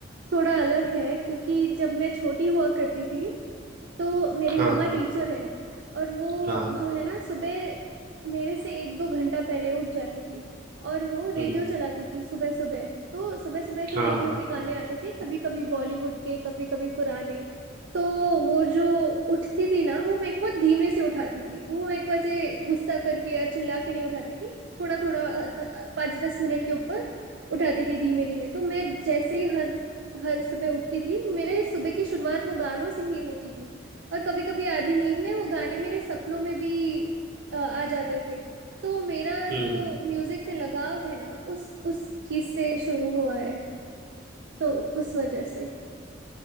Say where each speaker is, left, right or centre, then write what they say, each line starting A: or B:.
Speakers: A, on the right; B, on the right.
A: थोड़ा अलग है क्योंकि जब मैं छोटी हुआ करती थी तो मेरी
B: हाँ
A: मम्मा टीचर है और वो
B: हाँ
A: जो है ना सुबह मेरे से एक दो घंटा पहले उठ जाती थी और वो
B: हम्म
A: रेडियो चलाती थी सुबह सुबह तो सुबह सुबह जो
B: हाँ
A: रेडियो पे गाने आते थे कभी कभी बॉलीवुड के कभी कभी पुराने तो वो जो उठती थी ना वो मेरे को बहुत धीमे से उठाती थी वो मेरे को ऐसे गुस्सा करके या चिल्ला के नहीं उठाती थी थोड़ा थोड़ा पाँच दस मिनट के ऊपर उठाती थी धीमे धीमे तो मैं जैसे ही हर हर सुबह उठती थी मेरे सुबह की शुरुआत वो गानों से ही होती थी और कभी कभी आधी नींद में वो गाने मेरे सपनों में भी अ, आ जाते थे तो मेरा
B: हम्म
A: जो म्यूजिक से लगाव है ना उस उस चीज से शुरू हुआ है तो उस वजह से